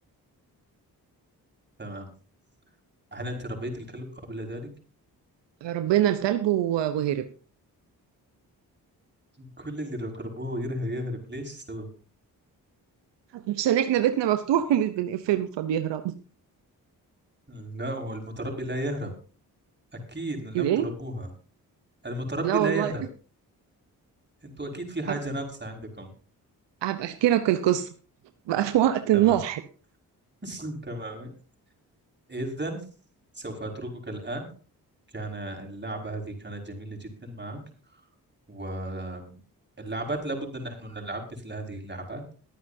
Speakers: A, on the right; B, on the right.
A: تمام هل انت ربيت الكلب قبل ذلك
B: ربنا الكلب و- وهرب
A: كل اللي تربوه يرهب يهرب ليش السبب
B: عشان احنا بيتنا مفتوح ومش بنقفله فبيهرب
A: لا هو المتربي لا يهرب اكيد لم
B: ليه؟
A: تربوها المتربي
B: لا والله
A: لا يهرب انتوا اكيد في حاجة
B: هب...
A: ناقصة عندكم
B: هبقى احكي لك القصة بقى في وقت لاحق
A: تمام <laughs> تمام اذا سوف اتركك الان كان اللعبة هذه كانت جميلة جدا معك واللعبات لابد ان نحن نلعب مثل هذه اللعبات